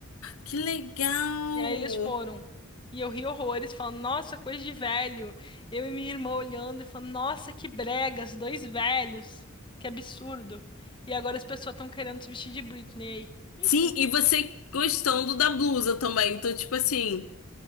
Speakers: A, on the left; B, on the left.
A: Que legal!
B: E aí eles foram. E eu ri horrores, falando, nossa, coisa de velho. Eu e minha irmã olhando e falando, nossa, que bregas, dois velhos. Que absurdo. E agora as pessoas estão querendo se vestir de Britney aí. Enfim,
A: Sim, e você gostando da blusa também. Então, tipo assim,